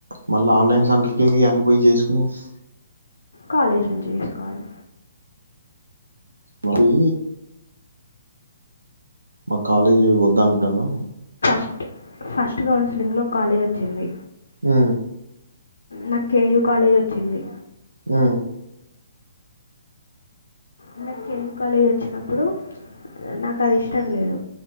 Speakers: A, on the right (about 75°); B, on the left (about 70°).
A: మళ్ళ ఆన్లైన్స్ సెంటర్కే గ యియన్నీ పోయి చేసుకునేది
B: కాలేజ్ నుంచి చేసుకోవాలి
A: మరి మాక్ కాలేజ్ వద్దానుకుంటానం
B: స్ట్ ఫస్ట్ కౌన్సిలింగ్ లో కాలేజ్ వచ్చింది
A: మ్
B: నాక్ కేయూ కాలేజ్ వచ్చింది
A: మ్
B: నాక్ కేయు కాలేజ్ వచ్చినప్పుడు నాకు అది ఇష్టం లేదు